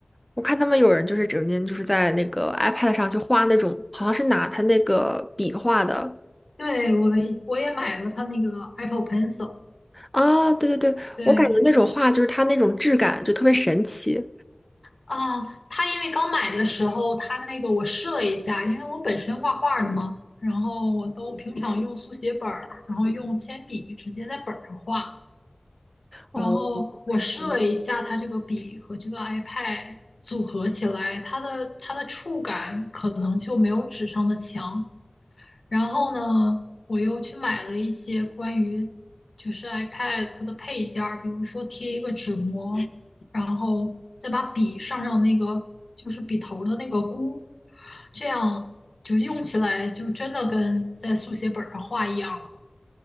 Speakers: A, in the centre; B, on the left.
A: 我看他们有人就是整天就是在那个 iPad 上去画那种，好像是拿他那个笔画的。
B: 对，我我也买了它那个 Apple Pencil。
A: 啊，对对对，
B: 对
A: 我感觉那种画就是它那种质感就特别神奇。
B: 啊，它因为刚买的时候，它那个我试了一下，因为我本身画画的嘛，然后我都平常用速写本儿，然后用铅笔直接在本儿上画。
A: 哦，
B: 然后我试了一下它这个笔和这个
A: 羡慕
B: iPad 组合起来，它的它的触感可能就没有纸上的强。然后呢，
A: 哦，
B: 我又去买了一些关于就是 iPad 它的配件儿，比如说贴一个纸膜，然后再把笔上上那个就是笔头儿的那个箍，这样就用起来就真的跟在速写本儿上画一样了，